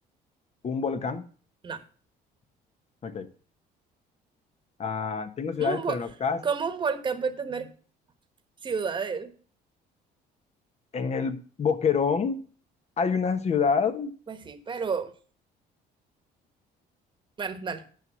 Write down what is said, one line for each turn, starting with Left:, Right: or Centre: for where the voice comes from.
Left: Un volcán.
Right: No.
Left: Ok. Ah, tengo
Right: ¿Cómo
Left: ciudades,
Right: un, vo-
Left: pero no casas.
Right: cómo un volcán puede tener ciudades?
Left: En el Boquerón hay una ciudad.
Right: Pues sí, pero bueno, dale.